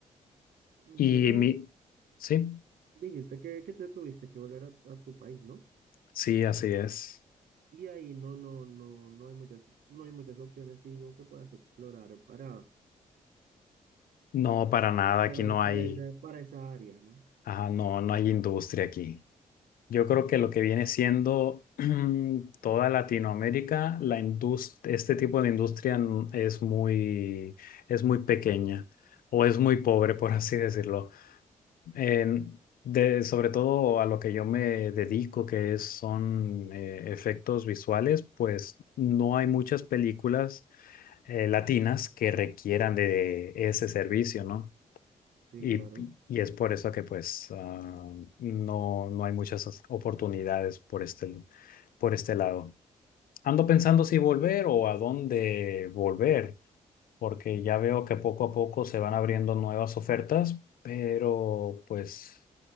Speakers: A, on the right (about 70°); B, on the left (about 75°).
A: Listo.
B: Y
A: Y
B: mi, sí,
A: dijiste que, que te tuviste que volver a, a tu país, ¿no?
B: sí, así es.
A: Y ahí no, no, no, no hay muchas, no hay muchas opciones, digo, que puedas explorar para,
B: No, para nada,
A: para,
B: aquí no hay,
A: para esa, para esa área, ¿no?
B: ajá, no, no hay industria aquí. Yo creo que lo que viene siendo <clears throat> toda Latinoamérica, la indus- este tipo de industria n- es muy, es muy pequeña o es muy pobre, por <laughs> así decirlo. En- de, sobre todo a lo que yo me dedico, que es, son eh, efectos visuales, pues no hay muchas películas eh, latinas que requieran de ese servicio, ¿no?
A: Sí,
B: Y,
A: claro.
B: y es por eso que pues ah, no, no hay muchas as- oportunidades por este, por este lado. Ando pensando si volver o a dónde volver, porque ya veo que poco a poco se van abriendo nuevas ofertas, pero pues